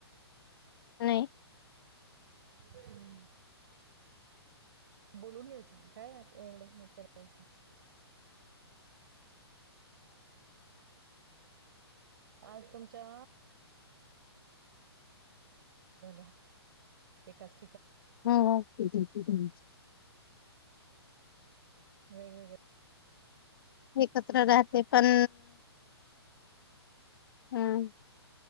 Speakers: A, on the left; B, on the right.
A: नाही.
B: हम. बोलून घ्यायचं ना काय आता एवढं हे करायचं. <inaudible> आज तुमच्या <unintelligible>
A: <unintelligible>
B: वेग-वेगळं.
A: एकत्र राहते पण हां